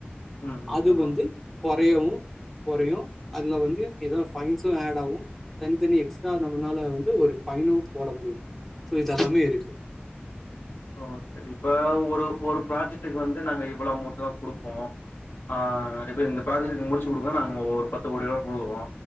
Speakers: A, on the left (about 75°); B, in the centre.
A: ம் ம்
B: அது
A: ஆமா
B: வந்து கொறையவு கொறையு அதுல வந்து இதா ஃபைன்ஸ் கு ஆட் ஆவு தனித்தனி எக்ஸ்ட்ரா நம்மளால வந்து ஒரு பைனு போட முடியு சோ இதெல்லாமே இருக்கு
A: ஓகே இப்ப ஒரு ஒரு ப்ராஜெக்டுக்கு வந்து நாங்க இவ்ளோ அமௌண்ட் தா குடுப்போ ஆ இப்ப இந்த ப்ராஜெக்ட் முடிச்சு குடுங்க நாங்க ஒரு பத்து கோடி ரூபா குடுக்குறோ